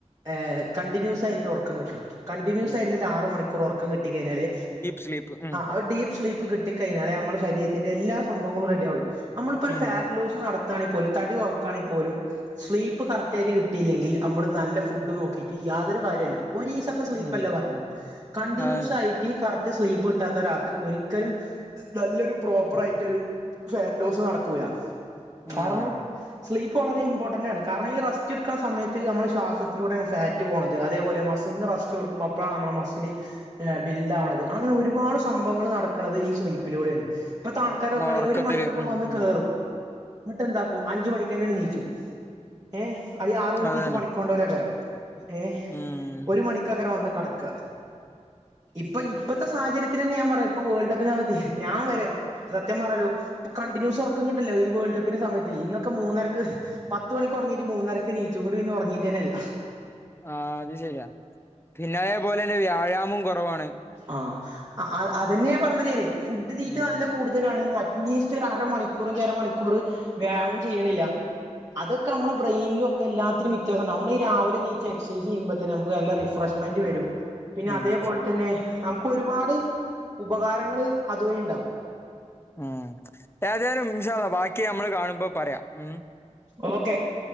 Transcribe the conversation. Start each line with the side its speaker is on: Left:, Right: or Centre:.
Right: ഏഹ് കണ്ടിന്യൂസ് ആയിട്ട്ള്ള ഒറക്കം കിട്ടണം കണ്ടിന്യൂസായ്റ്റ്ള്ള
Left: ഉം
Right: ഒരു ആറ് മണിക്കൂറ് ഒർക്കം കിട്ടി കഴിഞ്ഞാല്
Left: സ്ലീപ് ഉം
Right: അത്ഡീപ് സ്ലീപ്പ് കിട്ടി കഴിഞ്ഞാലേ നമ്മള ശരീരത്തിന്റെ എല്ലാ സംഭവങ്ങളും റെഡിയാവുള്ളൂ നമ്മള്പ്പാെരു ഒരു
Left: ഉം
Right: ഫാറ്റ് ലോസ് നടത് ത്താണെൽപോലും തടി കാെറക്കാണങ്കിൽ പോലും സ്ലീപ്പ് കറക്റ്റ് ആയിട്ട് കിട്ടയില്ലെങ്കിൽ അമ്മള് നല്ല ഫുഡ് നോക്കീട്ട് യാതൊരു കാര്യാെല്ല ഒരീസൊ ത്തെ സ്ലീപ്പല്ല
Left: ഉം
Right: പറഞ്ഞത് കണ്ടിന്യൂസ്
Left: അതന്നെ
Right: ആയിട്ട് കറക്റ്റ് സ്ലീപ്പ് കിട്ടാത്ത ഒരാൾക്ക് ഒരിക്കലും നല്ലൊരു പ്രോപ്പർ ആയിട്ടൊരു ഫാറ്റ് ലോസ് നടക്കൂല കാരണം
Left: ഉം
Right: സ്ലീപ്പ് വളരെ ഇമ്പോർട്ടന്റ് ആണ് കാരണം ഈ റസ്റ്റ് ഇട്ക്ക്ണ സമയത്ത് നമ്മൾ ശ്വാസത്തിലൂടെണ് ഫാറ്റ് പോണത് അതേപോലെ മസിൽന് റസ്റ്റ്- സ്റ്റ് കൊട്ക്കുമ്പോ അപ്പളാണ് അമ്മളെ മസില് ബിൽഡ് ആവണത് അങ്ങനെ ഒരുപാട് സംഭവങ്ങള് നടക്കണത് ഈ സ്ലീപ്പിലൂടെണ് ഇപ്പത്തെ ആൾക്കാരൊക്കാണീ
Left: ഒറക്കത്തില്
Right: ഒരു മണിക്കൊക്കെ
Left: ഉം
Right: വന്ന്
Left: ഉം
Right: കേറും ഇന്ന്ട്ടന്താക്കും അഞ്ചു മണിക്കന്നെ നീച്ചും ഏഹ് അത് ആറ് മണിക്കീച്ച്
Left: അതന്നെ
Right: പണിക്കൊണ്ടാേലേക്കാരം ഏഹ്
Left: ഉം
Right: ഒരു മണി ക്കെക്കാരം വന്ന് കട്ക്കാ ഇപ്പ ഇപ്പത്തെ സാഹചര്യത്തി ലെന്നെ ഞാൻ പറയാ ഇപ്പോ വേൾഡ് കപ്പ് <unintelligible> ഞാം വരെ സത്യം പറയാല്ലോ ഇപ്പ കണ്ടിന്യൂസ് ഒറക്കം കിട്ട്ല്ലാ ഈ വേൾഡ് കപ്പിന്റെ സമയത്തെ ഇന്നൊക്കെ മൂന്നെരക്ക് പത്ത് മണിക്ക് ഒറങ്ങീട്ട് മൂന്നരക്ക് നീച്ചു ഇന്നട്ട് പിന്നെ ഒറങ്ങീട്ടന്നെല്ല
Left: ആഹ് അത് ശരിയാ പിന്നെ അഏപോലെന്നെ വ്യായാമോം കാെറവാണ്
Right: ആഹ് അഅ അതെന്നെ പറഞ്ഞത് ഞാനെ ഫുഡ് തീറ്റ
Left: ഉം
Right: നല്ല കൂടുത തലാണ് ന്നാ അറ്റ്ലീസ്റ്റ് ഒരു അരമണിക്കൂറങ്കി അരമണിക്കൂർ വ്യായാമം ചെയ്യ്ണില്ല അതൊക്കെ അമ്മള ബ്രെയ്നിനും ഒക്കെ എല്ലാത്തിലും വ്യത്യാസണ്ടാകും നമ്മള് ഈ രാവിലെ ണീച്ച് എക്സൈസ് ചെയ്യുമ്പോ തന്നെ നമുക്ക് നല്ല റിഫ്രഷ് ഫ്രഷ്മെന്റ് വരും പിന്നെ
Left: ഉം
Right: അതേപോൽതന്നെ നമുക്ക് ഒരുപാട് ഉപകാരങ്ങള് അതുവഴി ഇണ്ടാവും
Left: ഉം ഏതായാലും ഇൻശാ അല്ലാഹ് ബാക്കി നമ്മള് കാണുമ്പോ പറയാം ഉം
Right: ഓക്കെ